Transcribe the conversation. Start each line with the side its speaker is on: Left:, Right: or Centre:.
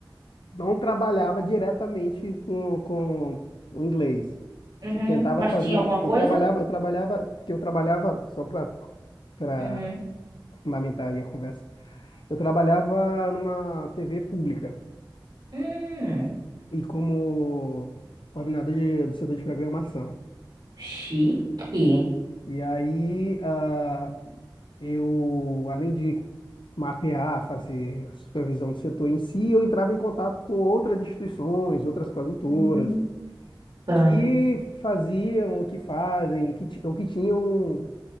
Left: não trabalhava diretamente com, com o inglês.
Right: Uhum.
Left: Se tentava
Right: Mas
Left: fazer,
Right: tinha alguma coisa?
Left: eu trabalhava, eu trabalhava, porque eu trabalhava só para para
Right: Uhum.
Left: fundamentar aí a conversa. Eu trabalhava numa TV pública
Right: Hum,
Left: e como coordenador de- do setor de programação.
Right: chique.
Left: E aí, ah, eu, além de mapear, fazer a supervisão do setor em si, eu entrava em contato com outras instituições, outras produtoras,
Right: Hum. Tá.
Left: que faziam, que fazem, que, ti- ou que tinham